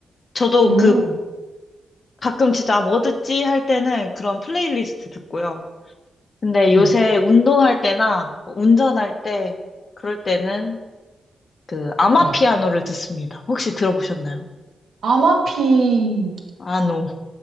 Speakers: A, on the left (about 40°); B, on the right (about 80°).
A: 저도
B: 음.
A: 그 가끔 진짜 뭐 듣지 할 때는 그런 플레이리스트 듣고요. 근데 요새
B: 네.
A: 운동할 때나 뭐 운전할 때 그럴 때는 그 아마피아노를
B: 네.
A: 듣습니다. 혹시 들어보셨나요?
B: 아마피,
A: 아노.